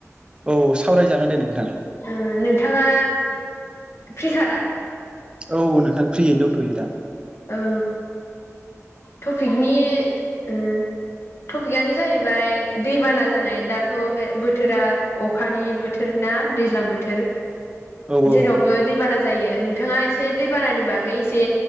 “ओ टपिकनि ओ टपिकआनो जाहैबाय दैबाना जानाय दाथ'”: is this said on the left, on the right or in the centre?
Left